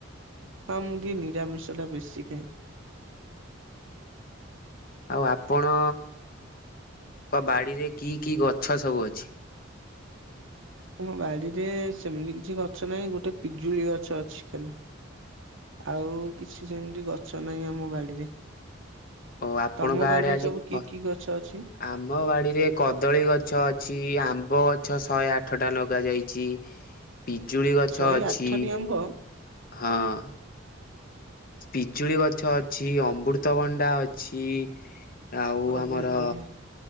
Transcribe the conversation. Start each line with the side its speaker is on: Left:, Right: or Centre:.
Right: ମୁଁ ଟିକେ ନିରାମଷଟା ବେଶି ଖାଏ।
Left: ଆଉ ଆପଣ? କ ବାଡିରେ କି କି ଗଛ ସବୁ ଅଛି?
Right: ମୋ ବାଡିରେ ସେମିତି କିଛି ଗଛ ନାହିଁ, ଗୋଟେ ପିଜୁଳି ଗଛ ଅଛି ଖାଲି। ଆଉ କିଛି ଯେମିତି ଗଛ ନାହିଁ, ଆମ ବାଡିରେ
Left: ଓ ଆପଣଙ୍କ
Right: ତମ ବାଡିରେ
Left: ଆଡେ ଆଜି
Right: ସବୁ
Left: ଖ
Right: କି କି ଗଛ ଅଛି?
Left: ଆମ ବାଡିରେ କଦଳୀ ଗଛ ଅଛି ଆମ୍ବ ଗଛ ଶହେ ଆଠଟା ଲଗାଯାଇଛି, ପିଜୁଳି ଗଛ
Right: ଶହେ
Left: ଅଛି।
Right: ଆଠଟି ଆମ୍ବ
Left: ହଁ ପିଜୁଳି ଗଛ ଅଛି, ଅମୃତଭଣ୍ଡା ଅଛି। ଆଉ ଆମର
Right: ବହୁତ ବଢିଆ।